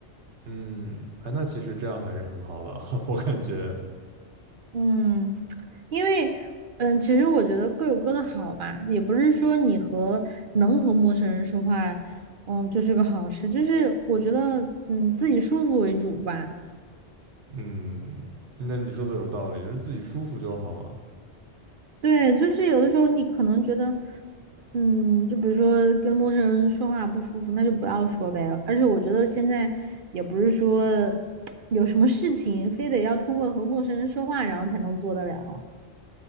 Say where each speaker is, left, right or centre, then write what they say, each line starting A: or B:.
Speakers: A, on the right; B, on the right.
A: 嗯，哎，那其实这样还是很好的啊，<laughs> 我感觉。
B: 嗯，因为嗯，其实我觉得各有各的好吧，也不是说你和能和陌生人说话，嗯，就是个好事，就是我觉得嗯自己舒服为主吧。
A: 嗯，那你说的有道理，就是自己舒服就好嘛。
B: 对，就是有的时候你可能觉得，嗯，就比如说跟陌生人说话不舒服，那就不要说呗。而且我觉得现在也不是说 <tsk> 有什么事情非得要通过和陌生人说话然后才能做得了。